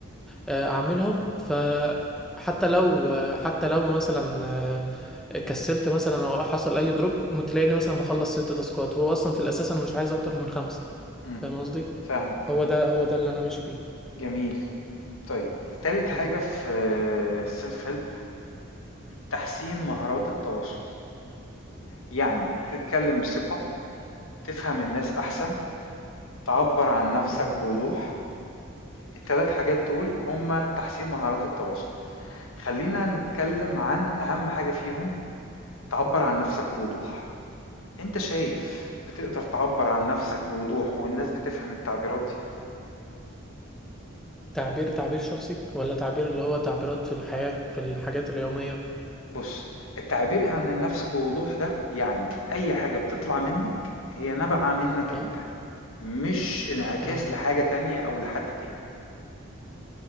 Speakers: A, in the centre; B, on the left (about 80°).
A: آه، اعملهم فحتى لو آه، حتى لو مثلا آه، كسلت مثلا او حصل اي دروب تلاقيني مثلا مخلص ست تاسكات هو اصلا في الاساس انا مش عايز اكتر من خمسة
B: مم.
A: فاهم قصدي
B: فاهمك
A: هو ده هو ده اللي انا ماشي بيه
B: جميل طيب تالت حاجة
A: بالظبط
B: في السيلف هيلب تحسين مهارات التواصل يعني تتكلم بثقة تفهم الناس أحسن تعبر عن نفسك
A: أهو.
B: بوضوح التلات حاجات دول هما تحسين مهارات التواصل خلينا نتكلم عن أهم حاجة فيهم تعبر عن نفسك بوضوح أنت شايف بتقدر تعبر عن نفسك بوضوح والناس بتفهم التعبيرات دي
A: تعبير تعبير شخصي ولا تعبير اللي هو تعبيرات في الحياة في الحاجات اليومية
B: بص التعبير عن النفس بوضوح ده يعني أي حاجة بتطلع منك هي نابعة منك
A: اه
B: أنت مش انعكاس
A: تمام
B: لحاجة تانية أو لحد تاني